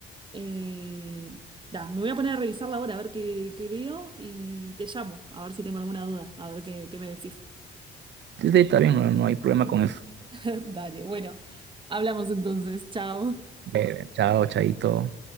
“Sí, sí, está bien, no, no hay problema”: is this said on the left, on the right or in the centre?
Right